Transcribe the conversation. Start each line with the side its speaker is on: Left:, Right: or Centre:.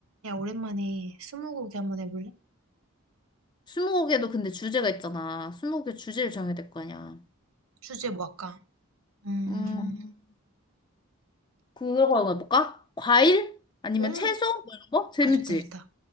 Right: 야, 오랜만에 스무고개 한번 해볼래?
Left: 스무고개도 근데 주제가 있잖아. 스무고개 주제를 정해야 될 거 아니야.
Right: 주제 뭐 할까? 음,
Left: 음, 그거 한번 해볼까? 과일? 아니면
Right: 오,
Left: 채소? 뭐 이런 거? 재밌지?
Right: 아, 좋다, 좋다.